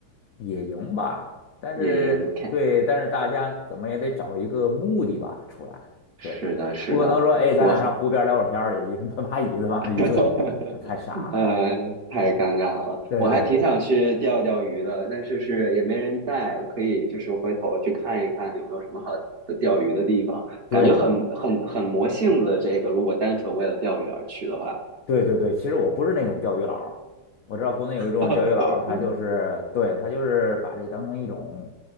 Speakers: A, on the left; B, on the right.
A: 野营吧。但是对，
B: 野营 c
A: 但是大家怎么也得找一个目的吧出来。
B: 是的，
A: 对。
B: 是的，
A: 不可能说，哎，咱俩上湖边聊会儿天儿去，
B: 我还
A: 一人搬把椅子往那一坐，
B: <laughs>。
A: 那太傻。
B: 呃，太尴尬了，
A: 对对对
B: 我还挺想去钓钓鱼的，但是是也没人带，可以就是回头去看一看有没有什么好的钓鱼的地方，感觉很很很魔性子。
A: 对
B: 这个如果单纯为了钓鱼而去的话，
A: 对对对，其实我不是那种钓鱼佬儿我知道国内有一种钓鱼佬儿他就是对他就是把这当成一种
B: <laughs>